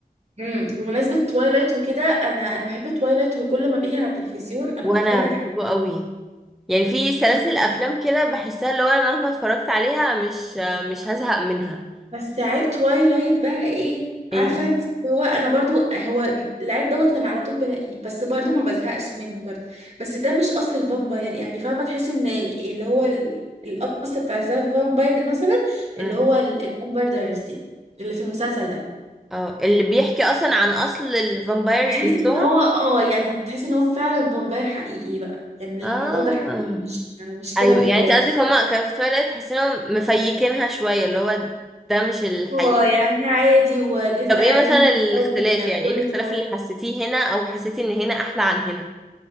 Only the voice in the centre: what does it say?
وانا
بحبه
قوي يعني في سلاسل
افلام كده بحسها اللي هو انا مهما اتفرجت عليها مش مش هزهق منها
ايه
امم
اه اللي بيحكي اصلا عن اصل الفامبايرز
نفسهم
اه
ايوه
يعني انت قصدك هما كانوا في تويلايت تحس انهم مفيكينها شويه اللي هو ده مش الحقيقي
طب ايه
مثلا
الاختلاف يعني
ايه الاختلاف
اللي حسيتيه هنا او حسيتي ان هنا احلى عن هنا